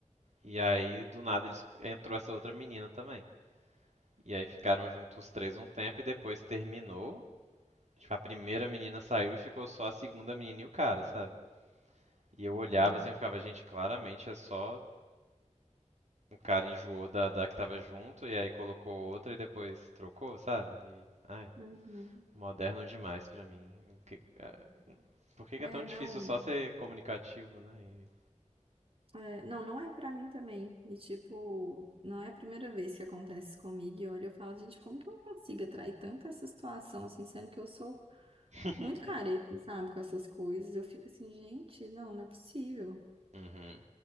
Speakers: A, on the right (about 65°); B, on the right (about 45°).
A: e aí do nada eles entrou essa outra menina também. E aí ficaram juntos os três um tempo e depois terminou. Tipo, a primeira menina saiu e ficou só a segunda menina e o cara, sabe? E eu
B: Uhum.
A: olhava assim e ficava, gente, claramente é só um cara enjoou da, da que tava junto e aí colocou outra e depois trocou, sabe? E, ai,
B: Uhum.
A: moderno demais pra mim. O que- é, Por que
B: É,
A: que é tão difícil
B: não,
A: só ser comunicativo, né? E-
B: é, não, não é pra mim também. E tipo, não é a primeira vez que acontece isso comigo. E olha, eu falo, gente, como que eu consigo atrair tanto essa situação assim, sendo que eu sou
A: <laughs>
B: muito careta, sabe, com essas coisas. Eu fico assim, gente, não, não é possível.
A: Uhum.